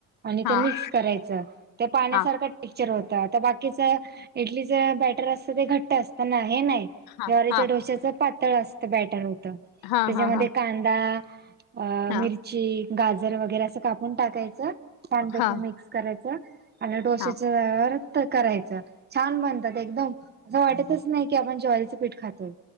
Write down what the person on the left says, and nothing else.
हां
हां
हां
हां
हां
हां हां
हां
हां
हां